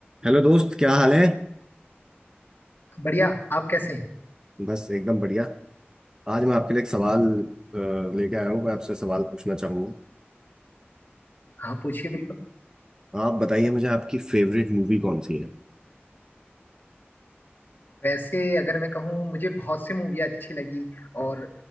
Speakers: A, on the right (about 20°); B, on the left (about 50°).
A: Hello दोस्त क्या हाल है
B: बढ़िया आप कैसे हैं
A: बस एकदम बढ़िया आज मैं आपके लिए एक सवाल अ, लेके आया हूँ मैं आपसे सवाल पूछना चाहूंगा
B: हाँ पूछिए बिल्कुल
A: आप बताइए मुझे आपकी फेवरेट मूवी कौन सी है
B: वैसे अगर मैं कहूँ मुझे बहुत सी मूवी अच्छी लगी और